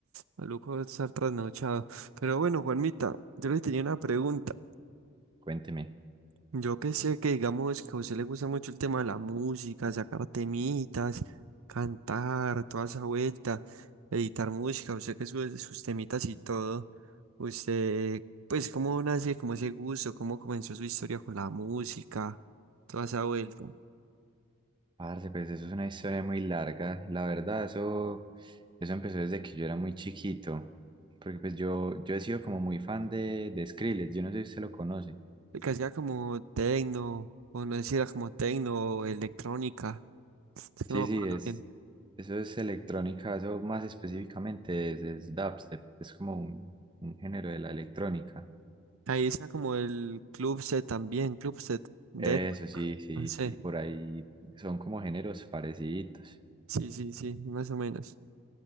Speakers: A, on the right; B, on the right.
A: maluco estar trasnochado. Pero bueno, Juanmita, yo le tenía una pregunta.
B: Cuénteme.
A: Yo que sé que digamos que a usted le gusta mucho el tema de la música, sacar temitas, cantar, toda esa vuelta, editar música, usted que sube sus temitas y todo. Usted, pues, ¿cómo nace, cómo ese gusto, cómo comenzó su historia con la música, toda esa vuelta?
B: Parce, pues eso es una historia muy larga. La verdad, eso, eso empezó desde que yo era muy chiquito. Porque pues yo, yo he sido como muy fan de, de Skrillex, yo no sé si usted lo conoce.
A: Que hacía como tecno, o no sé si era como tecno o electrónica, es
B: Sí,
A: que no me acuerdo
B: sí, es,
A: bien.
B: eso es electrónica, eso más específicamente es, es dubstep, es como un, un género de la electrónica.
A: Ahí está como el club set también, club set de...
B: Eso sí, sí,
A: No sé,
B: sí, por ahí son como géneros parecidos.
A: sí, sí, sí, más o menos.